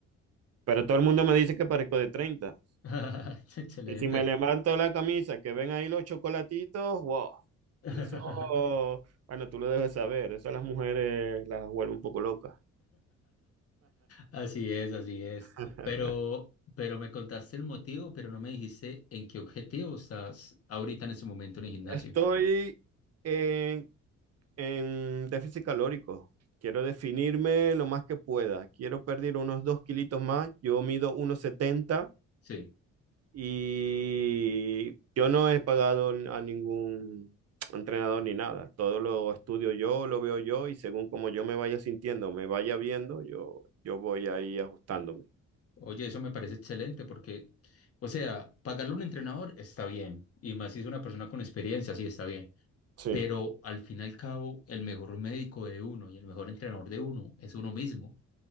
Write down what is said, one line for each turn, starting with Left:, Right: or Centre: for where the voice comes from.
Right: pero todo el mundo me dice que parezco de 30.
Left: <laughs> Excelente.
Right: Y si me levanto la camisa, que ven ahí los chocolatitos, wow,
Left: <laughs>
Right: eso, bueno, tú lo debes saber, eso a las mujeres las vuelve un poco locas.
Left: Así es, así es.
Right: <laughs>
Left: Pero, pero me contaste el motivo, pero no me dijiste en qué objetivo estás ahorita en ese momento en el gimnasio.
Right: Estoy... en en déficit calórico. Quiero definirme lo más que pueda. Quiero perder unos dos kilitos más. Yo mido uno setenta
Left: Sí.
Right: y yo no he pagado a ningún entrenador ni nada. Todo lo estudio yo, lo veo yo y según como yo me vaya sintiendo, me vaya viendo, yo, yo voy ahí ajustándome.
Left: Oye, eso me parece excelente porque, o sea, pagarle a un entrenador está bien, y más si es una persona con experiencia, sí está bien.
Right: Sí.
Left: Pero al fin y al cabo, el mejor médico de uno y el mejor entrenador de uno es uno mismo.